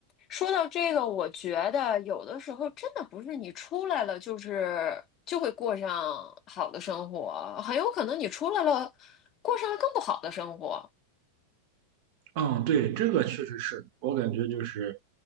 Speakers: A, on the left; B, on the right.
A: 说到这个，我觉得有的时候真的不是你出来了，就是就会过上好的生活，很有可能你出来了，过上了更不好的生活。
B: 嗯，对，这个确实是我感觉就是，